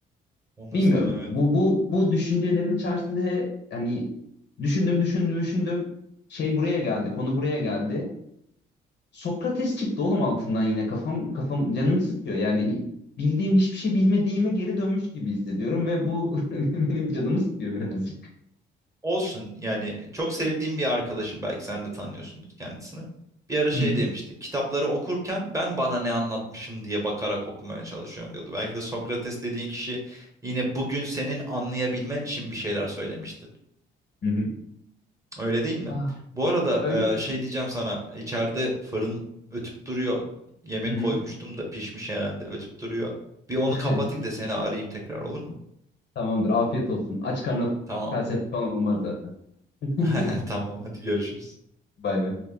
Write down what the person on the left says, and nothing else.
Bilmiyorum.
Bu bu bu düşüncelerin içerisinde hani düşündüm düşündüm düşündüm şey buraya geldi, konu buraya geldi. Sokrates çıktı oğlum altından yine kafam kafam canım sıkıyor. Yani bildiğim hiçbir şey bilmediğime geri dönmüş gibi hissediyorum ve bu <laughs> benim canımı sıkıyor birazcık.
Hı hı.
Hı hı.
Ah,
öyle.
Hı hı.
<laughs>
Tamamdır, afiyet olsun. Aç karnına
felsefe falan olmaz zaten. <laughs>
Bay bay.